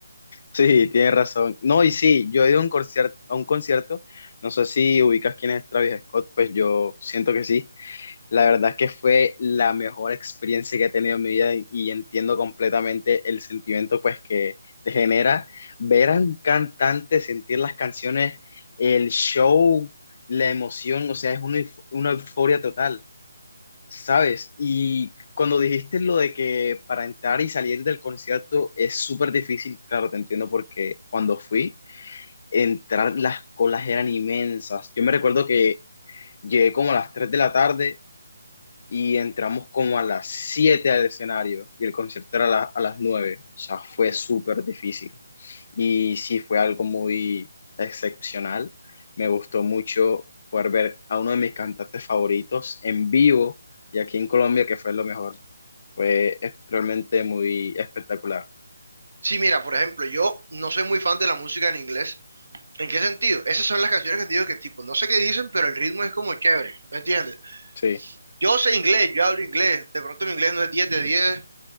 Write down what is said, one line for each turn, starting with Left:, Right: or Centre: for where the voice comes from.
Left: Sí, tienes razón. No, y sí, yo he ido a un concierto, a un concierto, no sé si ubicas quién es Travis Scott, pues yo siento que sí La verdad es que fue la mejor experiencia que he tenido en mi vida y y entiendo completamente el sentimiento pues que te genera ver a un cantante, sentir las canciones, el show, la emoción, o sea, es una, euf- una euforia total, ¿sabes? Y cuando dijiste lo de que para entrar y salir del concierto es súper difícil, claro, te entiendo porque cuando fui, entrar las colas eran inmensas. Yo me recuerdo que... Llegué como a las 3 de la tarde y entramos como a las 7 al escenario y el concierto era a, la- a las nueve O sea, fue súper difícil. Y sí, fue algo muy excepcional. Me gustó mucho poder ver a uno de mis cantantes favoritos en vivo y aquí en Colombia, que fue lo mejor. Fue es- realmente muy espectacular.
Right: Sí, mira, por ejemplo, yo no soy muy fan de la música en inglés. ¿En qué sentido? Esas son las canciones que te digo que tipo, no sé qué dicen, pero el ritmo es como chévere, ¿me entiendes?
Left: Sí.
Right: Yo sé inglés, yo hablo inglés, de pronto mi inglés no es diez de diez